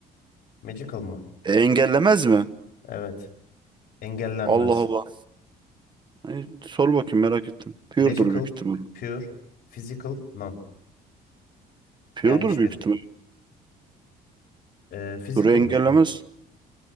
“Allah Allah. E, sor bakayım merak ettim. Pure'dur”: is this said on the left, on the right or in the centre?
Right